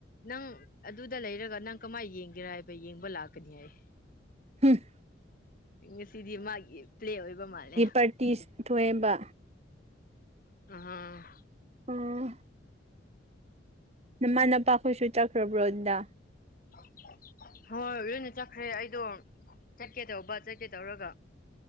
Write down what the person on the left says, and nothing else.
ꯅꯪ ꯑꯗꯨꯗ ꯂꯩꯔꯒ ꯅꯪ ꯀꯃꯥꯏ ꯌꯦꯡꯒꯦꯔꯥ ꯍꯥꯏꯕ ꯌꯦꯡꯕ ꯂꯥꯛꯀꯅꯤ ꯍꯥꯏ
ꯉꯁꯤꯗꯤ ꯃꯥꯒꯤ ꯄ꯭ꯂꯦ ꯑꯣꯏꯕ ꯃꯥꯜꯂꯦ
ꯑꯍꯥ
<inaudible> ꯍꯣꯏ ꯂꯣꯏꯅ ꯆꯠꯈ꯭ꯔꯦ ꯑꯩꯗꯣ ꯆꯠꯀꯦ ꯇꯧꯕ ꯆꯠꯀꯦ ꯇꯧꯔꯒ